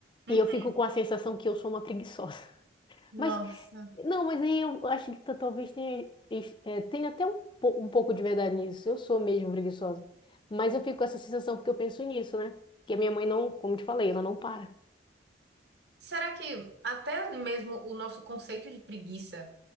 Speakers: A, on the right; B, on the left.
A: Uhum.
B: E eu fico com a sensação que eu sou uma preguiçosa. <laughs>
A: Nossa.
B: Mas, não, mas aí eu acho que ta- talvez tenha, es- eh, tenha até um, po- um pouco de verdade nisso. Eu sou mesmo preguiçosa. Mas eu fico com essa sensação porque eu penso nisso, né? Que a minha mãe não, como te falei, ela não para.
A: Será que até mesmo o nosso conceito de preguiça